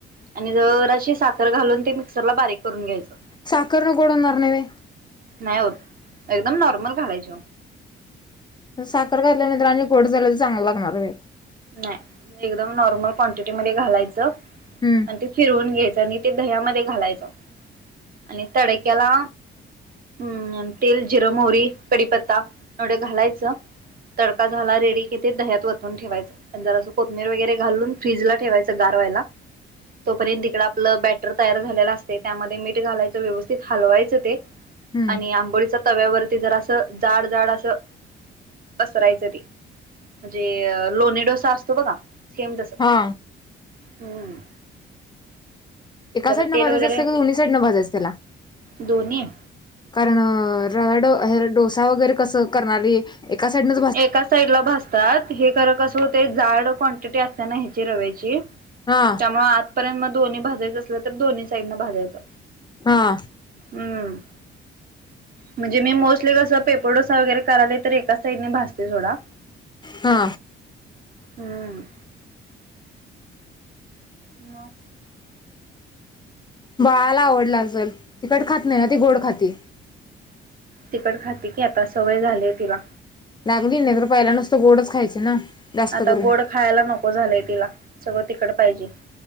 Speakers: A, on the right; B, on the left.
A: आणि जराशी साखर घालून ते मिक्सरला बारीक करून घ्यायचं.
B: सखरन कडंना अणारव <inaudible>
A: नाही होत एकदम नॉर्मल घालायच.
B: साखर घातल्यानंतर आणि गोड झाल्या तर चांगला लागणार आहे.
A: नाही एकदम नॉर्मल क्वांटिटी मध्ये घालायचं.
B: हम्म.
A: आणि ते फिरवून घ्यायच आणि ते दह्यामध्ये घालायचं आणि तडक्याला हम्म तेल जिरं मोरी कडीपत्ता एवढे घालायचं. तडका झाला रेडी घेते दह्यात वतून ठेवायच. नर असं कोथबीर वगैरे घालून फ्रीज ला ठेवायचं गारवायला तोपर्यंत तिकड आपलं बॅटर तयार झालेलं असते त्यामध्ये मीठ घालायचं व्यवस्थित हलवायचं ते
B: हम्म
A: आणि आंबोळीच्या तव्यावरती जर असं जाड जाड असं पसरायचं ते. म्हणजे लोणी डोसा असतो बघा सेम तस
B: हा.
A: हम्म.
B: एका
A: जरा
B: साईड ने
A: तेल
B: भाजायचं
A: वगैरे
B: असतें कि दोन्ही साईड ने भाजायचं त्याला
A: दोन्ही
B: कारण राव डोसा वगैरे कसं करणारी एका साईड ने
A: एका साइड ला भासतात हे खरं कसं होते जाड क्वांटिटी असताना ह्याची रव्याची त्यामुळे
B: हा
A: आतापर्यंत मग दोन्ही भाजायचं असलं तर दोन्ही साईडन भाजायचं
B: हा
A: हम्म म्हणजे मी मोस्टली कस पेपरडोसा वगैरे कराल तर एका साईडने भाजते थोडा
B: हा
A: हम्म मग
B: बाळाला आवडला असल तिखट खात नाही ना ती गोड खाती
A: तिकड खाते की आता सवय झालीये तिला
B: लागली नाही तर पहिला नुसतं गोडच खायचे ना जास्त
A: आता
B: करून
A: गोड खायला नको झालंय तिला सगळं तिकड पाहिजे